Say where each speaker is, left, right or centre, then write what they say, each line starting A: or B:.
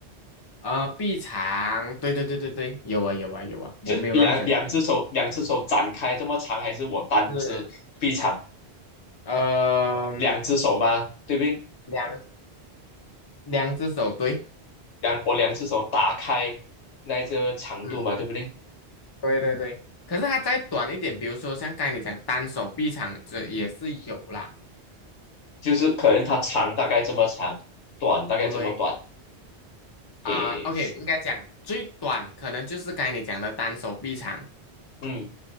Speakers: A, on the left; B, on the left.
A: 呃，臂长，对对对对对，有啊有啊有啊，我没有乱讲，
B: 就两两只手，两只手展开这么长，还是我单只臂长？
A: 是，呃，
B: 两只手吗？对不对？
A: 两两只手，对。
B: 两我两只手打开那个长度嘛，
A: 嗯。
B: 对不对？
A: 对对对，可是它再短一点，比如说像刚才你讲单手臂长，这也是有啦。
B: 就是可能它长大概这么长，短大概这么短，
A: 对
B: 诶，
A: 啊，OK，应该讲最短可能就是刚才你讲的单手臂长。
B: 嗯，